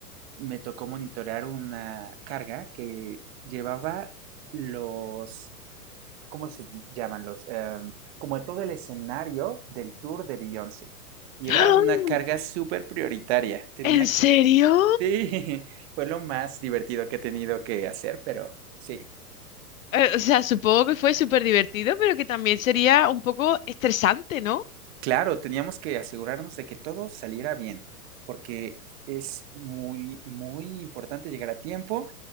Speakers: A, on the right; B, on the left.
A: me tocó monitorear una carga que llevaba los, ¿cómo se llaman? Los, em, como todo el escenario del tour de Beyoncé. Y
B: ¡Ah!
A: era una carga súper prioritaria. Tenía
B: ¿En
A: que...
B: serio?
A: Sí, <laughs> fue lo más divertido que he tenido que hacer, pero sí.
B: Eh, o sea, supongo que fue súper divertido, pero que también sería un poco estresante, ¿no?
A: Claro, teníamos que asegurarnos de que todo saliera bien, porque es muy, muy importante llegar a tiempo,